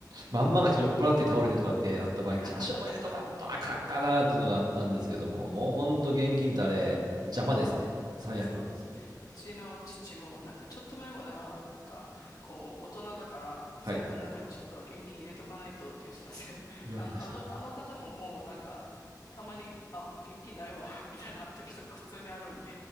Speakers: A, on the right; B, on the left.
A: まんまがち酔っ払って倒れてとかってなった場合に、
B: うん。<laughs>
A: 多少は入れとかんとあかんかなっていうのがあったんですけども、もうほんと現金ってあれ、邪魔ですね。最悪。
B: そうです。うちの父も、なんかちょっと前までは、なんか、こう、大人だから、財布の中にちょっとは現金入れとかないとって言ってたんですけど、
A: はい。
B: <laughs>
A: 言われましたよ。
B: あの、あの、あの方ももうなんか、たまに、あ、もう現金ないわ、<laughs> みたいな時とか普通にあるんで、